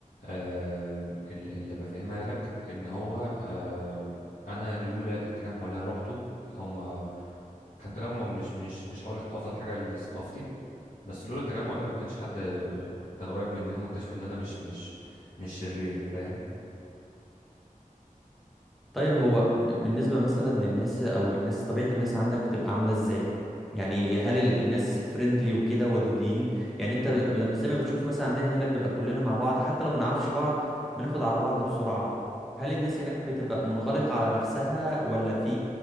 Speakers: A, on the left (about 80°); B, in the centre.
A: آم، اللي اللي بفهمها لك ان هو آم، انا لولا التجمع اللي انا روحته هم كان تجمع مش مش مش هقول لك افضل حاجة لثقافتي بس لولا التجمع ده ما كانش حد كان قريب مني هم اكتشفوا ان انا مش مش مش شرير فاهم
B: طيب هو ب- بالنسبة مثلا للناس أو الناس طبيعة الناس عندك بتبقى عاملة إزاي؟ يعني هل ال- الناس فريندلي وكده ودودين؟ يعني أنت بل- لما زي ما بتشوف مثلا عندنا هنا بنبقى كلنا مع بعض حتى لو ما نعرفش بعض بناخد على بعض بسرعة. هل الناس هناك بتبقى منغلقة على نفسها ولا في